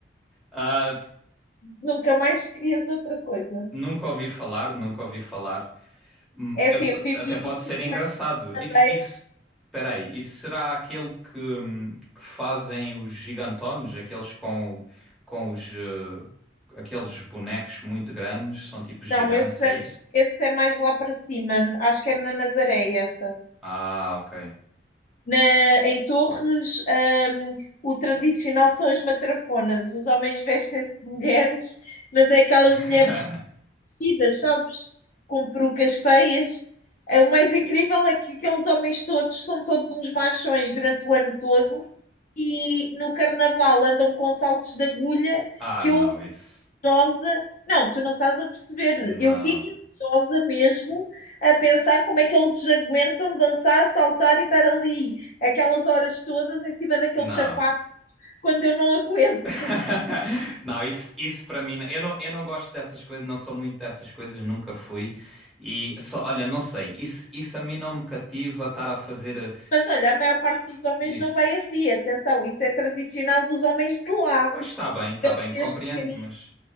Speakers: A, in the centre; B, on the left.
A: ah,
B: Nunca mais querias outra coisa.
A: nunca ouvi falar, nunca ouvi falar, Hum,
B: É assim,
A: é
B: eu vivi
A: até pode
B: cinco
A: ser engraçado.
B: anos na
A: Isso,
B: Madeira.
A: isso, peraí, isso será aquele que, hum, que fazem os gigantones, aqueles com, com os, eh, aqueles bonecos muito grandes, são tipo gigantes,
B: Não, esse
A: é
B: é,
A: isso?
B: esse é mais lá para cima. Acho que é na Nazaré, essa.
A: Ah, ok.
B: Na- em Torres, ahm, o tradicional são as matrafonas. Os homens vestem-se de mulheres, mas é aquelas
A: <laughs>
B: mulheres vestidas, sabes? Com perucas feias. Eh, O mais incrível é que aqueles homens todos são todos uns machões durante o ano todo e no carnaval andam com saltos de agulha
A: Ah,
B: que
A: não,
B: eu
A: isso,
B: invejosa. Não, tu não estás a perceber.
A: não,
B: Eu fico invejosa mesmo a pensar como é que eles aguentam dançar, saltar e estar ali aquelas horas todas em cima daquele
A: não.
B: sapato quando eu não aguento.
A: <laughs> Não, isso, isso para mim, eu não, eu não gosto dessas coisas, não sou muito dessas coisas, nunca fui. E só, olha, não sei, isso, isso a mim não me cativa estar a fazer. eh,
B: <laughs> Mas olha, a maior parte dos homens
A: Diz,
B: não vai esse dia. Atenção, isso é tradicional dos homens de lá.
A: pois está bem, está
B: Eles
A: bem,
B: desde
A: compreendo,
B: pequenino.
A: mas.